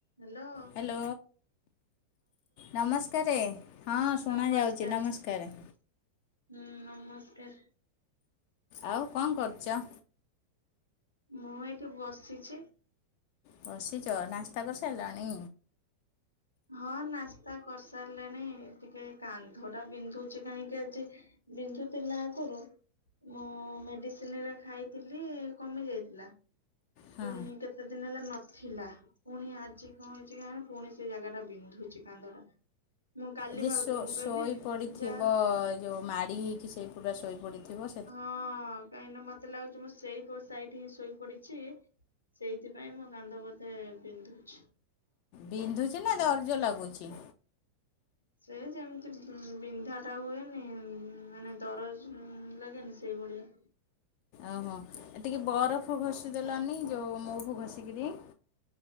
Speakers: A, on the left; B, on the left.
A: Hello
B: hello. ନମସ୍କାରେ ହଁ ଶୁଣା
A: ନମସ୍କାର।
B: ଯାଉଛି ନମସ୍କାର।
A: ହୁଁ ନମସ୍କାର।
B: ଆଉ କଣ କରୁଚ?
A: ମୁଁ ଏଇଠି ବସିଛି।
B: ବସିଛ ନାସ୍ତା କରିସାରିଲଣି?
A: ହଁ ନାସ୍ତା କରିସାରିଲେଣି ଟିକେ କାନ୍ଧ ଟା ବିନ୍ଧୁଛି କାହିଁକି ଆଜି। ବିନ୍ଧୁଥିଲା ଆଗରୁ ମୁଁ ମେଡିସିନରେ ଖାଇଥିଲି କମି ଯାଇଥିଲା
B: ହଁ
A: ପୁଣି କେ ଏତେ ଦିନ ହେଲେ ନଥିଲା ପୁଣି ଆଜି କଣ ହେଇଛି କାଁଇ ପୁଣି ସେ ଜାଗାଟା ବିନ୍ଧୁଛି କାନ୍ଧ ଟା। ମୁଁ କାଲି
B: ଯେ
A: ଭାବୁଥିଲି
B: ଶୋ
A: ମୁଁ
B: ଶୋଇ
A: କହିଲି
B: ପଡିଥିବ
A: ଯା
B: ଯୋଉ ମାଡି ହେଇକି ସେଇ ପୁରା ଶୋଇ ପଡିଥିବ।
A: ହଁ କାହିଁକି ନା ମତେ ଲାଗୁଛି ମୁଁ ସେଇ ପଟ ସାଇଡେ ହିଁ ଶୋଇପଡିଛି ସେଇଥିପାଇଁ ମୋ କାନ୍ଧ ବୋଧେ ବିନ୍ଧୁଛି।
B: ବିନ୍ଧୁଛି ନା ଦରଜ ଲାଗୁଛି।
A: ସେ ଯେମିତି ଉ ବିନ୍ଧା ଟା ହୁଏନି ମାନେ ଦରଜ ଉ ଲାଗେନି ସେଇଭଳିଆ।
B: ଓହୋ ଏ ଟିକେ ବରଫ ଘଷିଦେଲନି ଯୋଉ ମୁଭୁ ଘଷିକିରି।